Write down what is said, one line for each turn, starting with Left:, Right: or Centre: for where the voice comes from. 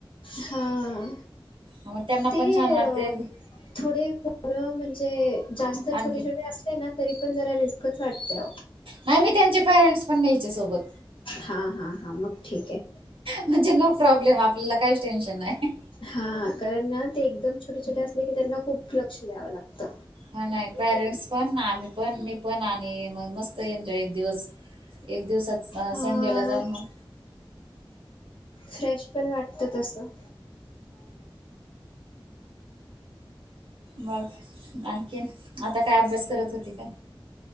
Left: हा.
Right: मग त्यांना
Left: ते
Right: पण छान वाटेल.
Left: थोडे पोरं म्हणजे जास्त
Right: आणखीन
Left: छोटे छोटे अस ना तरी पण जरा रिस्कच वाटते.
Right: नाही मी त्यांचे पॅरेंन्टस पण न्यायचे सोबत.
Left: हा हा हा मग ठीक आहे.
Right: म्हणजे नो प्रॉब्लेम आपल्याला काहीच टेन्शन नाही.
Left: हा कारण ना ते एकदम छोटे- छोटे असले की त्यांना खूप लक्ष द्यावं लागतं.
Right: हा नाही पॅरेंट्स पण ना आम्ही पण मी पण आणि मस्त एन्जॉय एक दिवस एक दिवस
Left: हा
Right: संडेला जाऊ मग.
Left: फ्रेश पण वाटत तसं.
Right: मग आणखीन आता काय अभ्यास करत होते काय?